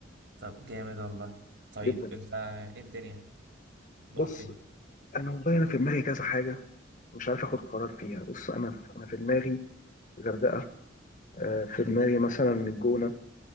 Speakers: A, on the right (about 70°); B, on the left (about 45°).
A: طب جامد والله طيب
B: جدا
A: انت ايه الدنيا نروح
B: بص
A: فين
B: انا والله انا في دماغي كذا حاجه مش عارف اخد قرار فيها بص انا انا في دماغي غردقه آه، في دماغي مثلا الجونه